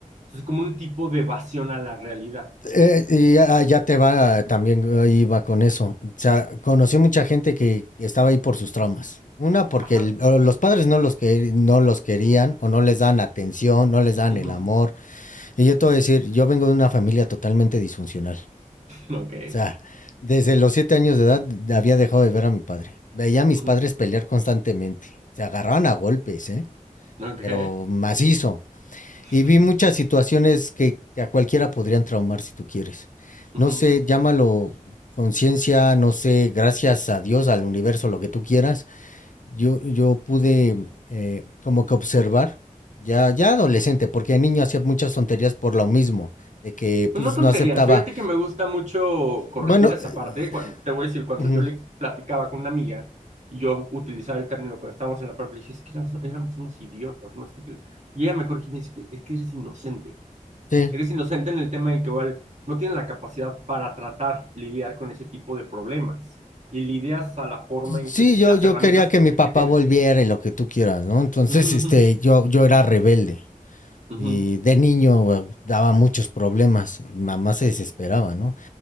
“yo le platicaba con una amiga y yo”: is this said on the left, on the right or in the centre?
Right